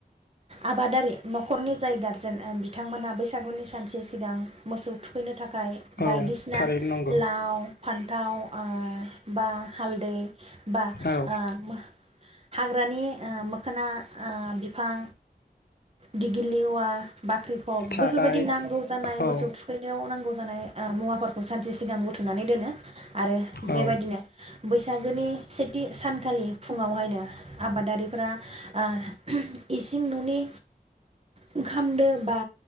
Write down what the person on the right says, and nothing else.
आबादारि नखरनि जाय गार। बिथांमोना बैसागुनि सानस्रि। सिगां मोसौ थुखैनो थाखाय। थाखाय
बायदिसिना
लाव। फान्थाव ओ। बा हालदै बा
ओ मा हाग्रानि ओ। मोखना बिफां। दिगिलिवा बाख्रिखब
बैफोरबायदि नांगौ। मोसौ
थुखैनायाव नांगौ जानाय मुवाफोरखौ सानसे सिगां बुथुमनानै दोनो आरो
बेबायदिनो बैसागोनि सेथि सानखालि फुङावहायनो आबादारिफोरा ओ। इसिं ननि। ओंखामदो बा